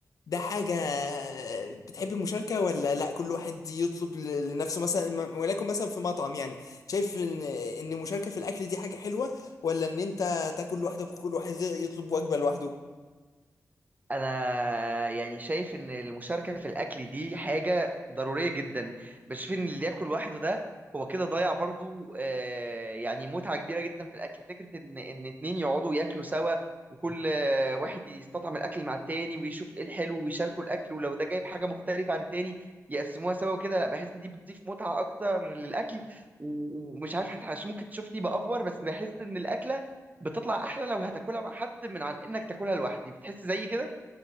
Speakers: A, on the left; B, on the right.
A: ده حاجه أه، بتحب المشاركه ولا لا كل واحد يطلب ل- لنفسه مثلا م- ولكن مثلا في مطعم يعني شايف ان ان المشاركه في الاكل دي حاجه حلوه ولا ان انت تاكل لوحدك وكل واحد يطلب وجبه لوحده
B: انا يعني شايف ان المشاركه في الاكل دي حاجه ضروريه جدا بشوف ان اللي ياكل لوحده ده هو كده ضيع برضو آه، يعني متعه كبيره جدا في الاكل فكره ان ان اتنين يقعدوا ياكلوا سوا وكل آه، واحد يستطعم الاكل مع التاني ويشوف ايه الحلو ويشاركوا الاكل ولو ده جايب حاجه مختلفه عن التاني يقسموها سوا وكده لا بحس ان دي بتضيف متعه اكتر للاكل و- ومش عارف حتى عشان ممكن تشوفني بافور بس بحس ان الاكله بتطلع احلى لو هتاكلها مع حد من عن انك تاكلها لوحدي بتحس زي كده